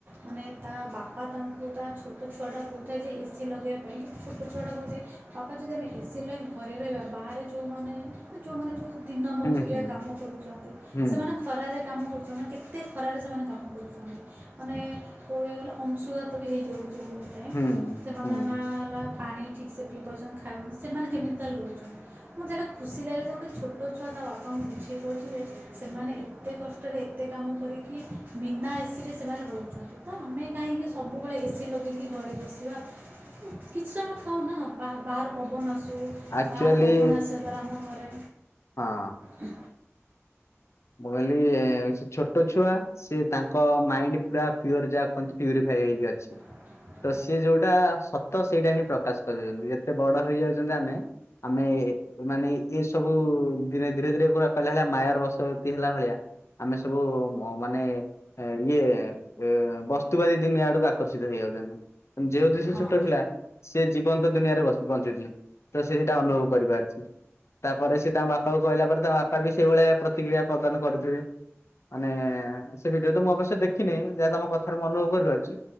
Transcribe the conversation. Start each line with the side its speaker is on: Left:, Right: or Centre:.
Right: ମାନେ ତା ବାପା ତାଙ୍କୁ ତା ଛୋଟ ଛୁଆଟା କହୁଥାଏ ଯେ ଏ ସି ଲଗେଇବା ପାଇଁ କିନ୍ତୁ ଛୋଟ ଛୁଆଟା କହୁଥାଏ ପାପା ଯଦି ଆମେ ଏ ସି ଲଗେଇ ଘରେ ରହିବା। ବାହାରେ ଯଉମାନେ ମାନେ ଯଉମାନେ ଯଉ ଦିନ ମଜୁରିଆ
Left: ହୁଁ ହୁଁ
Right: କାମ କରୁଛନ୍ତି
Left: ହୁଁ
Right: ସେମାନେ ଖରାରେ। କାମ କରୁଛନ୍ତି ନା କେତେ ଖରାରେ ସେମାନେ କାମ କରୁଛନ୍ତି ମାନେ କହିବାକୁ ଗଲେ ଅଂଶୁଘାତ ବି ହେଇଯାଉ ଚି ବହୁତ୍ ଟାଇମ୍
Left: ହୁଁ।
Right: ସେମାନେ
Left: ହୁଁ ହଁ
Right: ନା ହେଲା ପାଣି ଠିକ ସେ ପିଇ ପାରୁଛନ୍ତି ଖାଉନା ସେମାନେ କେମିତି ତାହେଲେ ରହୁଛନ୍ତି। ମୋତେ ଏଇଟା ଖୁସି ଲାଗିଲା ଯେ ଗୋଟେ ଛୋଟ ଛୁଆ ତା ବାପାଙ୍କୁ ବୁଝେଇ ପାରୁଛି ଯେ ସେମାନେ ଏତେ କଷ୍ଟରେ ଏତେ କାମ କରିକି ବିନା ଏ ସି ରେ ସେମାନେ ରହୁଛନ୍ତି ତ ଆମେ କାହିଁକି ସବୁବେଳେ ଏ ସି ଲଗେଇକି ଘରେ ବସିବା କିଛିଟା କ ହଉନା ବା-ବାହାରୁ ପବନ ଆସୁ
Left: ଆକ୍ଚୁଆଲି
Right: ବାହାର ପବନ ଆସିବା ଦ୍ୱାରା ଆମ ଘରେ
Left: ହଁ।
Right: ହ
Left: ମୁଁ କହିଲି ଏ ସେ ଛୋଟ ଛୁଆ ସେ ତାଙ୍କ ମାଇଣ୍ଡ ପୁରା ପିଓର ଯାହା କୁହନ୍ତି ପ୍ୟୁରିଫାଏ ହେଇକି ଅଛି।
Right: ହ
Left: ତ ସିଏ ଯୋଉଟା ସତ ସେଇଟା ହିଁ ପ୍ରକାଶ କରୁଉଛନ୍ତି ଯେତେ ବଡ ହେଇଯାଉଛନ୍ତି ଆମେ। ଆମେ ମାନେ ଏଇ ସବୁ ଦିନେ ଧୀରେ ଧୀରେ ପୁରା କହିଲା ଭଳିଆ ମାୟାର ବସ ଭୂତି ହେଲା ଭଳିଆ। ଆମେ ସବୁ ମ ମାନେ ଏ ଇଏ ଏ ବସ୍ତୁବାଦୀ ଦୁନିଆ ଆଡକୁ ଆକର୍ଷିତ ହେଇ ଯାଉଛନ୍ତି ଯେହେତୁ ସେ
Right: ହଁ
Left: ଛୋଟ ପିଲା ସେ ଜୀବନ୍ତ ଦୁନିଆରେ ବସ ବଞ୍ଚୁଛି। ତ ସେ ସେଟା ଅନୁଭବ କରିପାରୁଛି ତାପରେ ସେ ତାଙ୍କ ବାପାକୁ କହିଲା ପରେ ତାଙ୍କ ବାପା ବି ସେଇଭଳିଆ ପ୍ରତିକ୍ରିୟା ପ୍ରଦାନ କରିଥିବେ। ମାନେ ସେ ଭିଡିଓ ତ ମୁଁ ଅବଶ୍ୟ ଦେଖିନି ଯାହା ତମ କଥାରୁ ମୁଁ ଅନୁଭବ କରିପାରୁଛି।